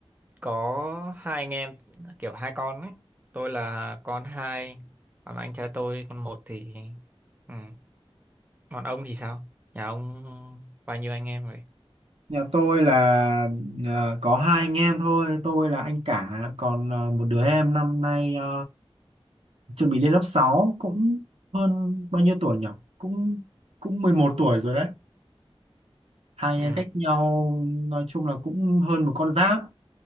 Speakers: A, on the right; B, on the right.
A: có hai anh em kiểu hai con ấy tôi là con hai còn anh trai tôi con một thì ừ. còn ông thì sao nhà ông bao nhiêu anh em rồi
B: Nhà tôi là ờ, có hai anh em thôi, tôi là anh cả, còn ờ, một đứa em năm nay ờ, chuẩn bị lên lớp sáu cũng hơn bao nhiêu tuổi nhỉ? Cũng cũng 11 tuổi rồi đấy. Hai anh
A: ừ
B: em cách nhau nói chung là cũng hơn một con giáp.